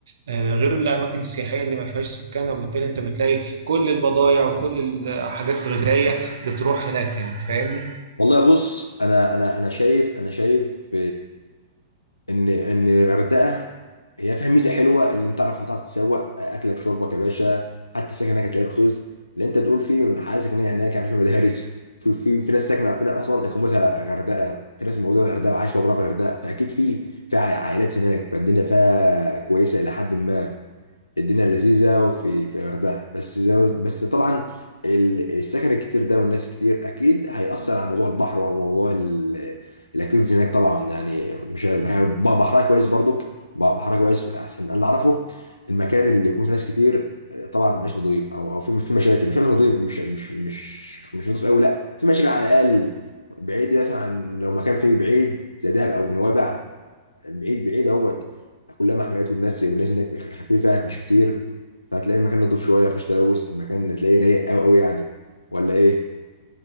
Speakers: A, on the right; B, on the left.
A: آه، غير الأماكن السياحية اللي ما فيهاش سكان وبالتالي أنت بتلاقي كل البضايع وكل الحاجات الغذائية بتروح هناك يعني فاهمني
B: والله بص انا انا انا شايف انا شايف ان ان الغردقه هي فيها ميزه حلوه اللي انت تعرف هتعرف تسوق اكلك شربك يا باشا حتى السكن هناك هتلاقيه رخيص اللي انت تقول فيه حاجه سكنيه هناك يعني في مدارس في في في ناس ساكنه في ناس اصلا اقامتها غردقه في ناس موجوده في غردقه وعايشه عمرها في غردقه فاكيد في في عائلات هناك فالدنيا فيها كويسه الى حد ما الدنيا لذيذه وفي في الغردقه بس زي بس طبعا ال- السكن الكتير ده والناس الكتير اكيد هيأثر على موضوع البحر وموضوع ال- الاكتيفيتيز هناك طبعا يعني مش هي- هي- ب- بحرها كويس برضك ب- بحرها كويس احسن انا اللي اعرفه المكان اللي يكون فيه ناس كتير طبعا مبقاش نضيف او او في في مشاكل مش انا نضيف مش مش مش مش نضيف قوي لا في مشاكل على الاقل بعيد مثلا عن لو مكان فيه بعيد زي دهب او نوابع بعيد بعيد اهوت كلها محميات والناس والناس هناك خفيفه مش كتير فهتلاقي المكان نضيف شويه مفيش تلوث المكان تلاقيه رايق قوي قوي يعني ولا ايه